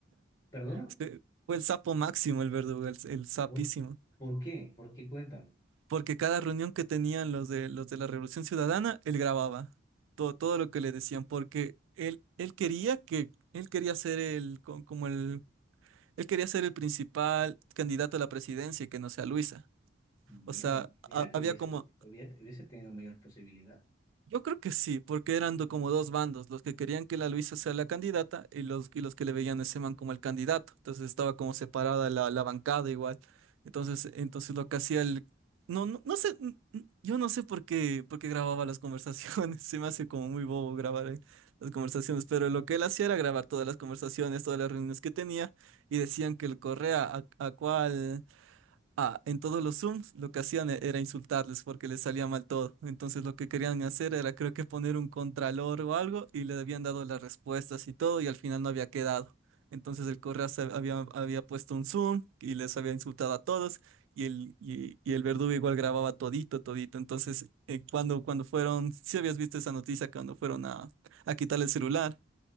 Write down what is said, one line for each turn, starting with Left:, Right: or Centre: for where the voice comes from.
Left: ¿Perdona?
Right: Este, Fue el sapo máximo el verdugo, el, el sapísimo.
Left: ¿Por, por qué? ¿Por qué? Cuéntame.
Right: porque cada reunión que tenían los de, los de la Revolución Ciudadana, él grababa todo, todo lo que le decían, porque él, él quería que, él quería ser el, co- como el, él quería ser el principal candidato a la presidencia y que no sea Luisa.
Left: Mira,
Right: O sea,
Left: mira
Right: ha-
Left: que
Right: había
Left: hubiese,
Right: como,
Left: hubiese hubiese tenido mayor posibilidad.
Right: Yo creo que sí, porque eran do- como dos bandos, los que querían que la Luisa sea la candidata y los, y los que le veían a ese man como el candidato. Entonces estaba como separada la, la bancada igual. Entonces, entonces lo que hacía el... No, no, no sé, n- n- yo no sé por qué, por qué grababa las conversaciones, <laughs> se me hace como muy bobo grabar eh, las conversaciones, pero lo que él hacía era grabar todas las conversaciones, todas las reuniones que tenía y decían que el Correa a, a cuál... Ah, en todos los Zooms lo que hacían e- era insultarles porque les salía mal todo. Entonces lo que querían hacer era creo que poner un contralor o algo y le habían dado las respuestas y todo y al final no había quedado. Entonces el Correas hab- había, había puesto un Zoom y les había insultado a todos y el, y, y el verdugo igual grababa todito, todito. Entonces eh, cuando, cuando fueron, si habías visto esa noticia, cuando fueron a, a quitar el celular,